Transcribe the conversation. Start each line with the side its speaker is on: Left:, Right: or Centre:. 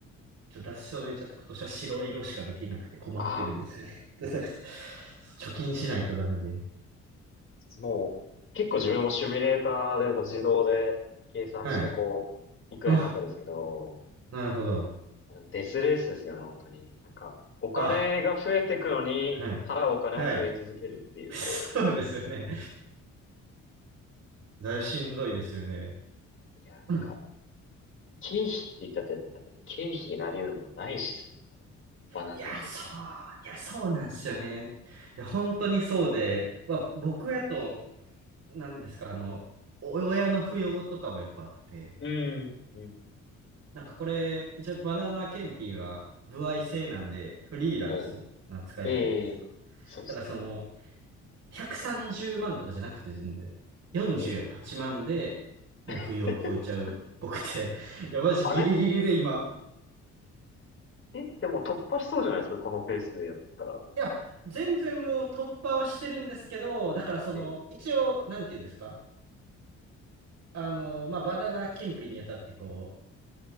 Right: ちょっと出しそびれちゃって、今年は白色しかできなくて困ってるんですよね。
Left: あ
Right: <laughs> でなんか貯金しないとダメで。
Left: あもう、結構自分もシミュレーターでも自動で計算して、
Right: はい。
Left: こう、いくらになるかですけど、
Right: あ、なるほど。
Left: デスレースですよね、本当に。なんか、お金が増えてくのに、
Right: あ、はい。
Left: 払うお金も増え続けるっていう、
Right: はい。<laughs> そうですよね。
Left: こ
Right: だいぶしんどいですよね。
Left: う、いや、なんか、
Right: うん
Left: 経費って言ったって、なんか経費になり得るものないし、その、この、バナナ検品。
Right: いや、そう、いや、そうなんですよね。いや、本当にそうで、まあ、僕やと、なんですか、あの、お親の扶養とかもやっぱあって、
Left: うん、うん。
Right: なんかこれ、一応バナナ検品は、歩合制なんで、フリーランスな扱いじゃないですか。
Left: ええ、ええ、そうですね。
Right: だからその、130万とかじゃなくて全然、48万で
Left: ええ。
Right: もう扶養を超えちゃう僕って、
Left: <laughs>
Right: いや、私ギリギリで今、
Left: あれえ、でも突破しそうじゃないですか、このペースでやってたら。
Right: いや、全然もう突破はしてるんですけど、だからその、
Left: え
Right: 一応、なんていうんですかあの、まあ、バナナ検品にあたってこう、